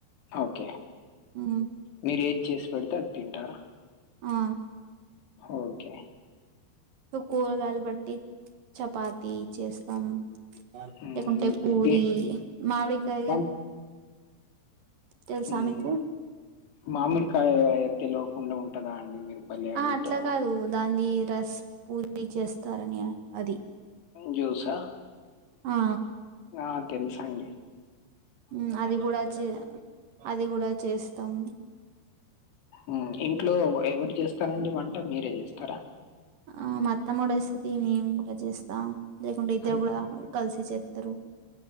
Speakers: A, on the left (about 75°); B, on the right (about 60°).
A: ఓకే
B: మ్మ్
A: మీరు ఏది చేసి పెడితే అది తింటారా
B: ఆ
A: ఓకే
B: కూరగాయలు బట్టి చపాతి చేస్తాం
A: హ్మ్.
B: లేకుంటే పూరి
A: ది
B: మావడికాయ
A: వన్
B: తెలుసా
A: హ్మ్.
B: మీకు
A: మామిడికాయ తెలవకుండా ఉంటదా అండి మీరు భలే అడుగుతారు.
B: ఆ అట్లా కాదు దాన్ని రస్ పూర్దీ చేస్తారని అది
A: జ్యూసా
B: ఆ
A: ఆ తెలుసు అండి
B: ఊ అది కూడా చే అది కూడా చేస్తాం
A: హుక్ ఇంట్లో ఎవరు చేస్తారండి వంట మీరే చేస్తారా
B: ఆ మత్తంమడేస్తది మేం కూడా చేస్తా లేకుంటే ఇద్దరు
A: ఓకే.
B: కూడా కలిసి చేస్తారు